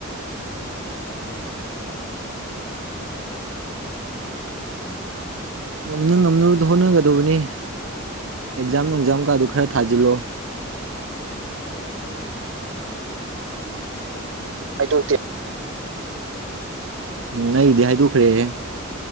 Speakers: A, on the left (about 40°); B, on the right (about 70°).
A: ꯉꯝꯅ ꯉꯝꯅꯕ
B: ꯉꯝꯅ ꯉꯝꯅꯕꯗꯣ ꯍꯣꯠꯅꯒꯗꯧꯕꯅꯤ
A: ꯍꯣꯠꯅꯒꯗꯕꯅꯤ
B: ꯑꯦꯛꯖꯥꯝ ꯅꯨꯡꯖꯥꯝ ꯀꯥꯗꯨ
A: ꯏꯇꯥꯎ
B: ꯈꯔ ꯊꯥꯖꯤꯜꯂꯣ
A: ꯊꯥꯏꯌꯦ ꯊꯥꯏꯌꯦ ꯑꯩꯗꯤ ꯃꯤ ꯑꯩꯗꯤ ꯃꯤꯉꯣꯟꯗ ꯍꯥꯏꯗꯣꯛꯇꯦꯕ
B: ꯍꯥꯏꯗꯣꯛꯇꯦ ꯅꯗꯦꯍꯏꯗꯨꯈꯔꯦꯍꯦ
A: ꯐꯥꯎꯔꯀꯥꯟꯗ